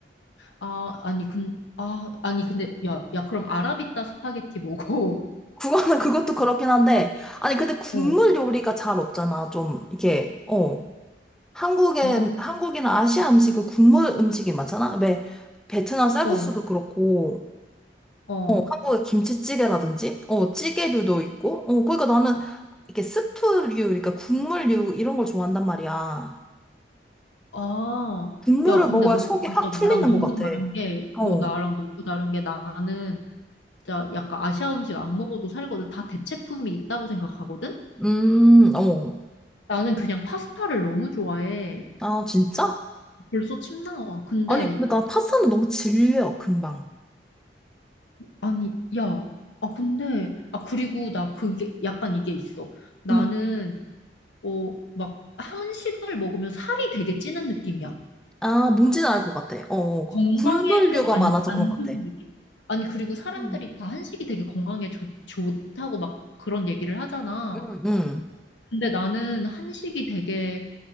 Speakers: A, on the left; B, in the centre.
A: 아, 아니 근 아, 아니 근데 야, 야 그럼 아라비타 스파게티 먹어.
B: 그거는 <laughs> 그것도 그렇긴 한데, 아니, 근데 국물
A: 어.
B: 요리가 잘 없잖아. 좀, 이게, 어. 한국에,
A: 어.
B: 한국이나 아시아 음식은 국물 음식이 많잖아. 왜, 베트남 쌀국수도
A: 어.
B: 그렇고,
A: 어.
B: 어, 한국의 김치찌개라든지, 어, 찌개류도 있고, 어, 그러니까 나는 이게 스프류, 그러니까 국물류 이런 걸 좋아한단 말이야.
A: 아.
B: 국물을
A: 야, 근데
B: 먹어야
A: 너
B: 속이
A: 진짜
B: 확 풀리는
A: 나랑 너무
B: 것
A: 다른
B: 같아.
A: 게 너
B: 어.
A: 나랑 너무 다른 게 나는 진짜 약간 아시아 음식 안 먹어도 살거든. 다 대체품이 있다고 생각하거든.
B: 음, 어.
A: 나는 그냥 파스타를 너무 좋아해.
B: 아, 진짜?
A: 벌써 침 나와. 근데,
B: 아니, 근데 나 파스타는 너무 질려, 금방.
A: 아니, 야, 아, 근데, 아, 그리고 나 그게, 약간 이게 있어. 나는,
B: 응.
A: 어, 막, 한식을 먹으면 살이 되게 찌는 느낌이야.
B: 아, 뭔지는 알 것 같아. 어, 어.
A: 건강에
B: 국물류가
A: 좀 안,
B: 많아서
A: 안
B: 그런 것
A: 좋은
B: 같아.
A: 느낌? 아니, 그리고 사람들이
B: 응,
A: 다 한식이 되게 건강에 좋, 좋다고 막 그런 얘기를 하잖아.
B: 응, 응.
A: 근데 나는 한식이 되게